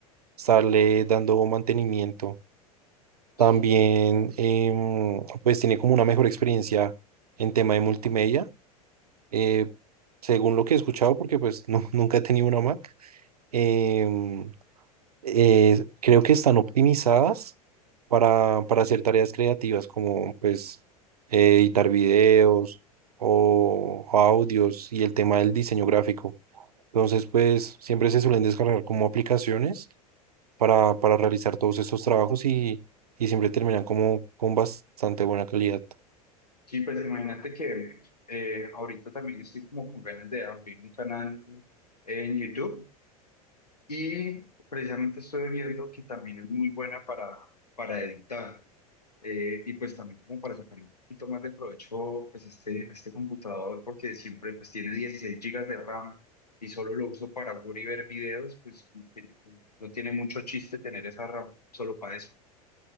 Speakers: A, on the right; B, on the left.
A: estarle dando mantenimiento.
B: Sí,
A: También em, pues tiene como una mejor experiencia en tema de multimedia, eh, según lo que he escuchado, porque pues no, <laughs> nunca he tenido una Mac. em, eh, creo que están optimizadas para, para hacer tareas creativas como pues eh, editar videos o, o audios y el tema del diseño gráfico. Entonces, pues siempre se suelen descargar como aplicaciones para, para realizar todos esos trabajos y, y siempre terminan como con bastante buena calidad.
B: sí, pues imagínate que eh, ahorita también estoy como con ganas de abrir un canal en YouTube y precisamente estoy viendo que también es muy buena para, para editar. Eh, y pues también como para sacarle un poquito más de provecho pues a este, a este computador porque siempre pues tiene 16 gigas de RAM y solo lo uso para jugar y ver videos, pues como que yo- no tiene mucho chiste tener esa RAM solo para eso.